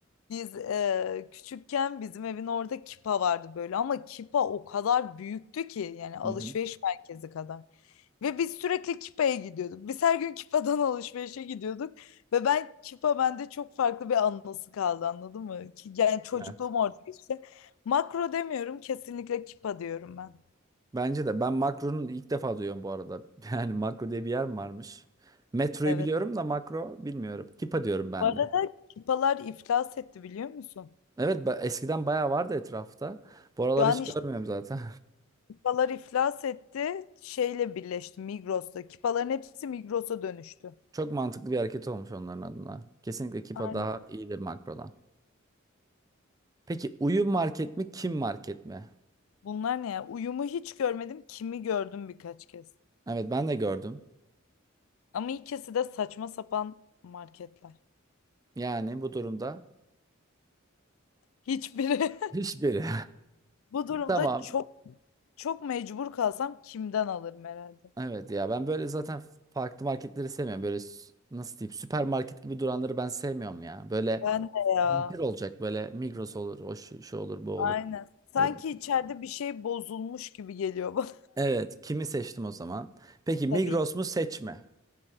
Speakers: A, on the left; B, on the right.
A: Biz e, küçükken bizim evin orada Kipa vardı böyle ama Kipa o kadar büyüktü ki yani alışveriş
B: Hı hı.
A: merkezi kadar. Ve biz sürekli Kipa'ya gidiyorduk. Biz her gün Kipa'dan alışverişe gidiyorduk. Ve ben Kipa bende çok farklı bir anısı kaldı anladın mı? Ki, yani çocukluğum
B: Evet.
A: orada geçti. Makro demiyorum kesinlikle Kipa diyorum ben.
B: Bence de. Ben Makro'nun ilk defa duyuyorum bu arada. <laughs> Yani Makro diye bir yer mi varmış? Metroyu
A: Evet.
B: biliyorum da Makro bilmiyorum. Kipa diyorum ben
A: Bu arada
B: de.
A: Kipalar iflas etti biliyor musun?
B: Evet ba- eskiden bayağı vardı etrafta. Bu aralar
A: Şu an
B: hiç görmüyorum
A: işte
B: zaten.
A: Kipalar iflas etti. Şeyle birleşti Migros'ta. Kipaların hepsi Migros'a dönüştü.
B: <laughs> Çok mantıklı bir hareket olmuş onların adına. Kesinlikle Kipa
A: Aynen.
B: daha iyidir Makro'dan. Peki uyum market mi kim market mi?
A: Bunlar ne ya? Uyumu hiç görmedim. Kimi gördüm birkaç kez.
B: Evet ben de gördüm.
A: Ama ikisi de saçma sapan marketler.
B: Yani bu durumda
A: Hiçbiri. <laughs>
B: hiçbiri.
A: Bu durumda
B: <laughs> Tamam.
A: çok çok mecbur kalsam kimden alırım herhalde.
B: Evet ya ben böyle zaten farklı marketleri sevmiyorum. Böyle s- nasıl diyeyim süpermarket gibi duranları ben sevmiyorum ya. Böyle
A: Ben de ya.
B: Zincir olacak böyle Migros olur, o şu, şu olur, bu olur.
A: Aynen. Sanki
B: Hadi bak.
A: içeride bir şey bozulmuş gibi geliyor bana.
B: Evet, kimi seçtim o zaman? Peki Migros
A: <laughs> Tabii
B: mu seç mi?